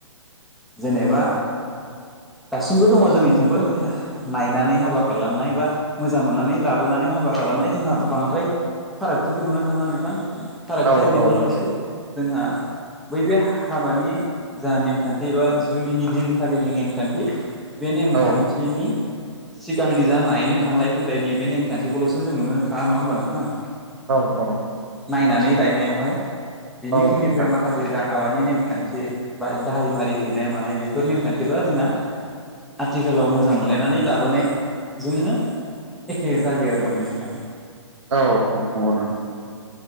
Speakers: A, in the centre; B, on the right.
A: जेनेबा दासिमबो दङ जोंनिथिंबो नायनानै हाबा खालामनाय बा मोजां मोननानै लाबोनानै हाबा खालाम खालामनाय जोंहा बांद्राय फारागथिखौ नुनो थाङा नोंथां। फारागथिया
B: औ
A: बेनोल'
B: औ
A: जे जोंहा बै बे हाबानि जा नेमखान्थ थिबा जुलिनि दिनखालिनि नेमखान्थि बे नेमखान्थिनि
B: औ
A: सिगांनि जा नायनो थांलाय फैलाय नैबे नेमखान्थिखौल'सो जों नुनो थाङा नङा होमबा नोंथां?
B: औ औ।
A: नायनानै लायनायावहाय बिनि
B: औ
A: उननिफ्राय
B: नोंथां
A: माखासे जा हाबानि नेमखान्थि बा दायमारि हैनाय मानाय बेफोर नेमखान्थिफ्रा जोंना आथिखालाव मोजां मोनलायनानै लाबोनायजोंनो एखे जायो आरो माने नोंथां।
B: औ औ नंगौ नोंथां नंगौ।